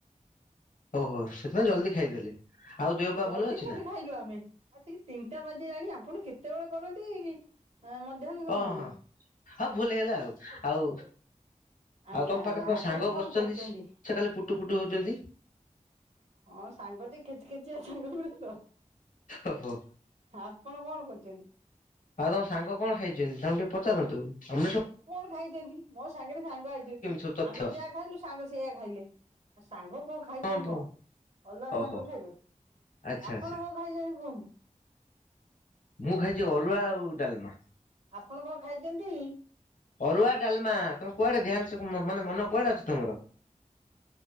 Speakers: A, on the left; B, on the right.
A: ଓହୋ ସେଥିପଇଁ ଜଲ୍ଦି ଖାଇଦେଲେ। ଆଉ ଦେହ ପା
B: ଜଲ୍ଦି
A: ଭଲ ଅଛି
B: କୋଉଠି
A: ନା?
B: ଖାଇଲୁ ଆମେ ଆସିକି ତିନିଟା ବାଜିଲାଣି ଆପଣ କେତେବେଳେ କରନ୍ତି କି? ହଁ ମଧ୍ୟାହ୍ନ ଭୋଜନ।
A: ଓହଁ ହଁ ହଁ ଭୁଲ
B: ମଧ୍ୟାହ୍ନ
A: ହେଇଗଲା ଆଉ
B: ଭୋଜନକର।
A: ଆଉ
B: ଆଜ୍ଞା
A: ଆଉ ତମ
B: ଆଜ୍ଞା
A: ପାଖରେ ତମ
B: ଆପଣ
A: ସାଙ୍ଗ
B: କଣ
A: ବସିଛନ୍ତି
B: କରୁଚନ୍ତି।
A: ସେ ଖାଲି ପୁଟୁ ପୁଟୁ ହଉଛନ୍ତି
B: ହଁ ସାଙ୍ଗଟିକ କିଚ କିଚ ଝିଅ ସାଙ୍ଗଡ ତ।
A: ଓହୋ।
B: ଆପଣ କଣ କରୁଛନ୍ତି?
A: ଆଉ ତମ ସାଙ୍ଗ କଣ ଖାଇଛନ୍ତି? ତାଙ୍କୁ ଟିକେ ପଚାରନ୍ତୁ ଆମର ସମୁସ
B: ଖାଇଚନ୍ତି ମୋ ସାଙ୍ଗରେ ସାଙ୍ଗ ହେଇଚନ୍ତି
A: ସବୁ ତଥ୍ୟ।
B: ଆମେ ଯାହା ଖାଇନୁ ସାଙ୍ଗ ସେଇଆ ଖାଇଲେ। ସାଙ୍ଗ କଣ ଖାଇଛନ୍ତି
A: ହଁ ବ
B: କଣ? ଅଲଗା
A: ଓହୋ
B: ସାଙ୍ଗ ଖାଇବେ।
A: ଆଚ୍ଛା
B: ଆପଣ
A: ଆଚ୍ଛା
B: କଣ ଖାଇଛନ୍ତି କୁହନ୍ତୁ?
A: ମୁଁ ଖାଇଛି ଅରୁଆ
B: ଚ
A: ଆଉ ଡାଲମା।
B: କୁହ ଆପଣ କଣ ଖାଇଚନ୍ତି?
A: ଅରୁଆ ଡାଲମା ତମେ କୁଆଡେ ଧ୍ୟାନ ସେ ମାନେ ମନ କୁଆଡେ ଅଛି ତମର।